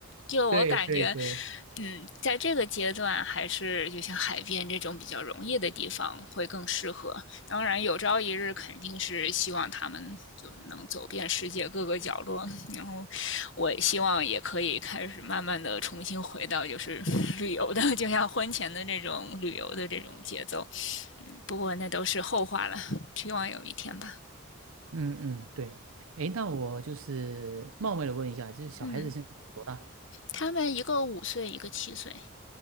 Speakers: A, on the left; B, on the right.
A: 就我感觉。
B: 对对对，
A: 嗯，在这个阶段，还是就像海边这种比较容易的地方会更适合。当然，有朝一日肯定是希望他们就是能走遍世界各个角落，然后我希望也可以开始慢慢的重新回到就是旅游的，就像婚前的那种旅游的这种节奏。不过那都是后话了，希望有一天吧。
B: 嗯嗯对，诶，那嗯我就是冒昧的问一下，就是小孩子现在多大？
A: 嗯，他们一个五岁，一个七岁，